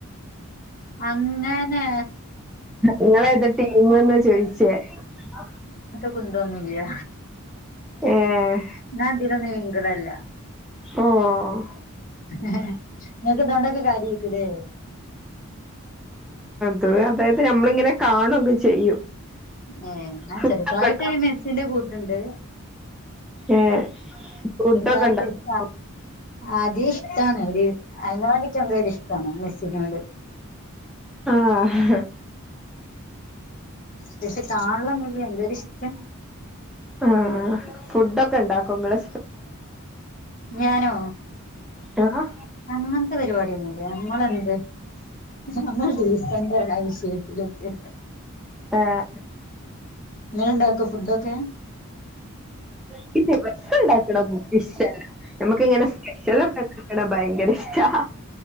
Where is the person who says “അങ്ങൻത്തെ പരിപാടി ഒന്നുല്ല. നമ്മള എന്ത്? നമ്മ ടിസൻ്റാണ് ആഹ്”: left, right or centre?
Left